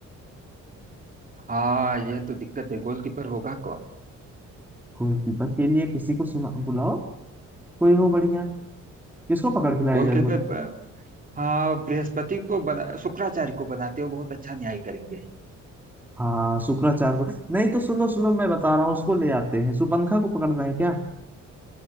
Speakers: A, on the right; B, in the centre.
A: हाँ यह तो दिक्कत है गोलकीपर होगा कौन
B: गोलकीपर के लिए किसी को सुना बुलाओ कोई हो बढ़िया किसको पकड़ के लाया
A: गोलकीपर
B: जाए गोल
A: ब- हाँ बृहस्पति को बना शुक्राचार्य को बनाते हो बहुत अच्छा न्याय करेंगे
B: हाँ शुक्राचार्य को नहीं तो सुनो सुनो मैं बता रहा हूँ उसको ले आते हैं सुपंखा को पकड़ना है क्या